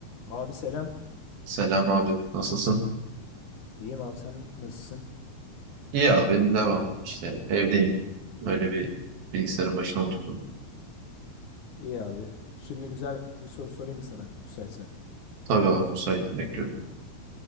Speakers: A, on the left; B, on the right.
A: Abi selam.
B: Selam abi, nasılsın?
A: İyiyim abi sen nasılsın?
B: İyi abi, devam. İşte evdeyim. Öyle bir bilgisayarın başına oturdum.
A: İyi abi. Şimdi güzel bir soru sorayım mı sana müsaitsen?
B: Tabii abi, müsaitim bekliyorum.